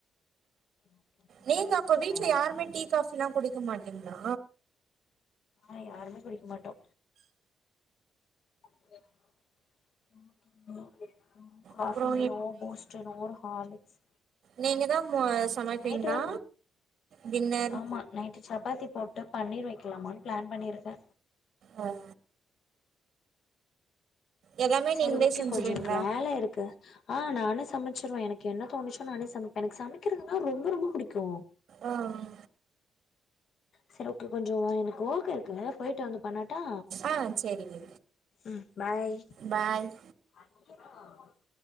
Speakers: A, on the left; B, on the right.
A: ஓகே சூப்பர்
B: நீங்க
A: சூப்பர்
B: அப்ப வீட்ல யாருமே டீ காஃபிலா குடிக்க மாட்டீங்ளா
A: அ யாருமே குடிக்கமாட்டோ <unintelligible> coffee
B: அப்புறோ
A: no Boost no Horlicks
B: நீங்கதா மு சமைப்பீங்ளா
A: நைட்டு தா
B: டின்னர்
A: ஆமா நைட்டு சப்பாத்தி போட்டு பன்னீர் வைக்லாமான் ப்ளான் பண்ணிருக்கே
B: ஆ எல்லாமே
A: சரி
B: நீங்களே
A: ஓகே
B: செஞ்சுருவீங்களா
A: கொஞ்சோ எனக்கு வேலருக்கு அ நானே சமைச்சிருவே எனக்கு என்ன தோணுச்சோ நானே சமைப்பே எனக்கு சமைக்றதுனா ரொம்ப ரொம்ப புடிக்கு
B: அ ம் ம்
A: சேரி ஓகே கொஞ்சே எனக்கு ஓர்க் இருக்கு பொய்ட்டு வந்து பண்ணட்டா
B: அ சேரிங்க
A: ம் பாய்
B: பாய்
A: <unintelligible>